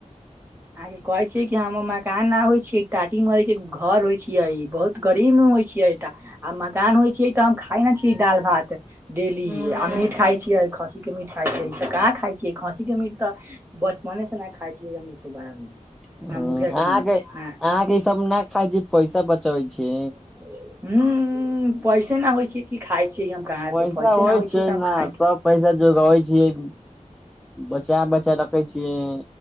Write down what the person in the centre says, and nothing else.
ह
अहाँके
अहाँके
ई सब नहि खाइ छी पैसा बचबै छी
पैसा
होइ छै
ना
सभ पैसा जोगाबै छियै बचा बचा रखे छियै